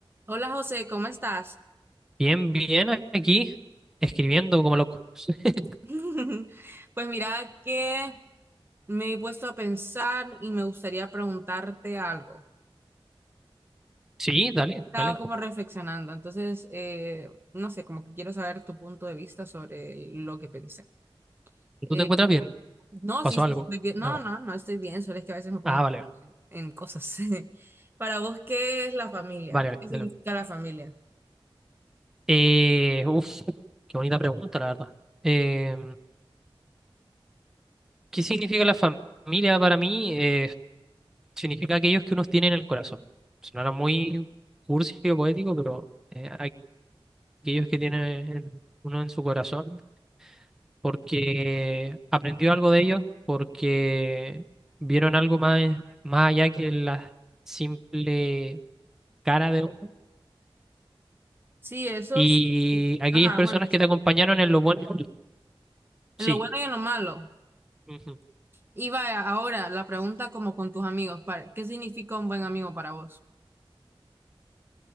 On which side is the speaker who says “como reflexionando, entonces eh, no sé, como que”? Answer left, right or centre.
Right